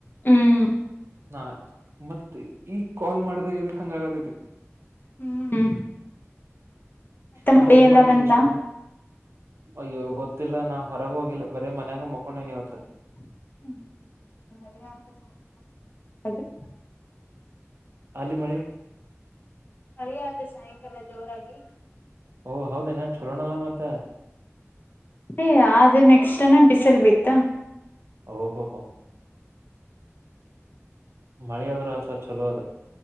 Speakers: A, on the left; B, on the right.
A: ಹ್ಮ್
B: <inaudible> ನಾ, ಮತ್ತೆ, ಈಗ್, ಕಾಲ್ ಮಾಡ್ದಾಗ! ಏನುಕೈ, ಹಂಗ ಆಗತೈತಿ? <inaudible>
A: ಹ್ಮ್
B: ಮತ್ತೆ
A: ಮಳಿ
B: ಏನ್
A: ಎಲ್ಲ
B: ಮಾಡ್ತಿದ್ವಿಷ್ಟೊತ್ತನ
A: ಬಂತ
B: ಅಯ್ಯೋ ಗೊತ್ತಿಲ್ಲ ನಾ ಹೊರಗ ಹೋಗಿಲ್ಲ ಬರೀ ಮನ್ಯಾಗ ಮಕೊಂಡೇನಿ ಇವತ್ತ
A: <inaudible>
B: ನೀಮಳಿ
A: ಮಳೆ ಆದತ್ ಸಾಯಂಕಾಲ ಜೋರಾಗಿ
B: ಓ ಹೌದೇ ಏನ್ ಚಛಲೋಅಲ್ಲ ಮತ್ತ
A: ಏ ಅದು ನೆಕ್ಸ್ಟ್ಡೇ ಬಿಸಿಲ್ ಬಿತ್ತ
B: ಓ ಹೋ ಹ ಮಳೆಯಾದ್ರ ಆತ ಚಲೋ ಅದು